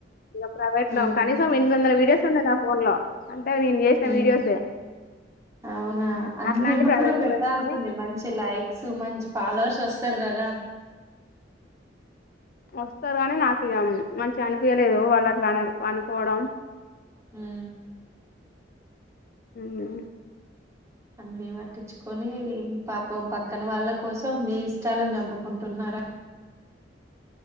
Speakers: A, on the left (about 55°); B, on the right (about 15°).
A: ఇక ప్రైవేట్
B: ఉమ్
A: లో కనీసం ఎనిమిది వందల వీడియో సున్నేదాఫోన్ లో అంటే నేను చేసిన
B: ఉమ్
A: వీడియోసే
B: ఔనా
A: ఉమ్,
B: అన్ని
A: అట్లాంటి
B: ఉన్నప్పుడు
A: ప్రైవేట్ లో
B: పెట్టాల్సింది
A: పెట్టుకొని
B: మంచి లైక్స్ మంచి ఫాలోవర్స్ వొ తర్ కదా
A: వస్తరు గాని నాకిగ మంచిగ అనిపయ్యలేదు వాళ్ళట్లా అనడు అనుకోవడం
B: ఉమ్
A: ఉమ్
B: అన్ని పట్టించుకొనీ పాపం పక్కన వాళ్ళ కోసం మీ ఇష్టాలని చంపుకుంటున్నారా